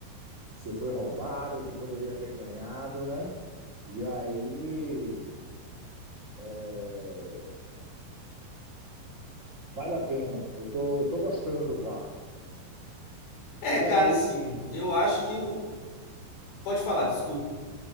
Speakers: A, on the right; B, on the left.
A: você foi roubado, que poderia ter ganhado, né? E aí, é, vale a pena. Eu tô, eu tô gostando do VAR.
B: É,
A: E
B: cara,
A: aí,
B: assim, eu acho que o. Pode falar, desculpa.